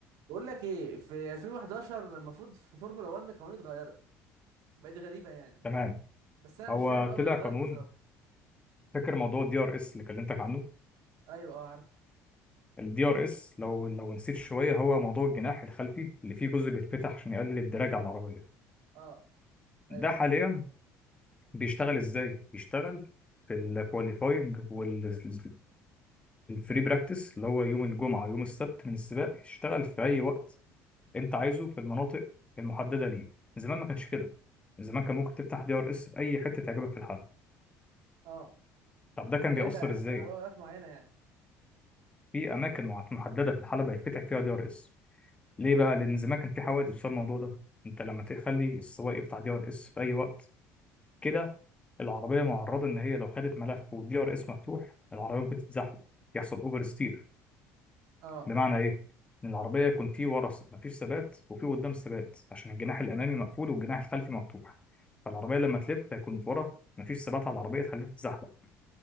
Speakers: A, on the right; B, on the left.
A: بقول لك ايه في 2011 المفروض في فورمولا 1 قوانين اتغيرت وبقت غريبه يعني
B: تمام
A: بس انا مش
B: هو
A: فاهم بقى القوانين
B: طلع قانون
A: اتغيرت بالظبط
B: فاكر موضوع الدي ار اس اللي كلمتك عنه
A: ايوه اه عارفه
B: الدي ار اس لو لو نسيت شويه هو موضوع الجناح الخلفي اللي فيه جزء بيتفتح عشان يقلل الدراج على العربيه
A: اه ايوه
B: ده
A: ماشي
B: حاليا
A: ده عارفه
B: بيشتغل ازاي بيشتغل في الكواليفاينج والفري براكتس اللي هو يوم الجمعه ويوم السبت من السباق يشتغل في اي وقت انت عايزه في المناطق المحدده ليه زمان ما كانش كده زمان كان ممكن تفتح دي ار اس في اي حته تعجبك في الحلبه
A: اه
B: طب ده كان
A: حاليا
B: بيأثر
A: بقى
B: ازاي
A: بقى اوقات معينه يعني
B: في اماكن مع- محدده في الحلبه يتفتح فيها دي ار اس ليه
A: امم
B: بقى لان زمان كان في حوادث بسبب الموضوع ده انت لما تخلي السواق بتاع دي ار اس في اي وقت كده العربيه معرضه ان هي لو خدت ملف والدي ار اس مفتوح العربيه ممكن تتزحلق يحصل اوفر ستير
A: اه
B: بمعنى ايه ان العربيه يكون في ورا س- مفيش ثبات وفي قدام ثبات عشان الجناح الامامي مقفول والجناح الخلفي مفتوح فالعربيه
A: مم.
B: لما تلف هيكون ورا مفيش ثبات على العربيه تخليها تتزحلق